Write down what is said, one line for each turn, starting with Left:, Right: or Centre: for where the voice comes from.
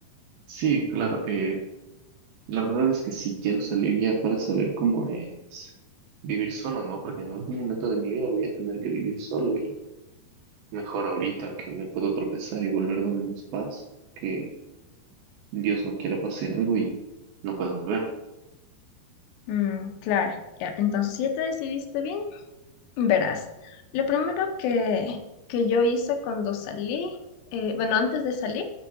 Right: Sí, claro. eh, la verdad es que sí quiero salir ya para saber cómo es vivir solo, ¿no? Porque en algún momento de mi vida voy a tener que vivir solo y mejor ahorita que me puedo tropezar y volver donde mis papás, que Dios no quiera pase algo y no pueda volver.
Left: Mm, claro, ya, entonces si ya te decidiste bien, Verás, lo primero que, que yo hice cuando salí, eh, bueno, antes de salir,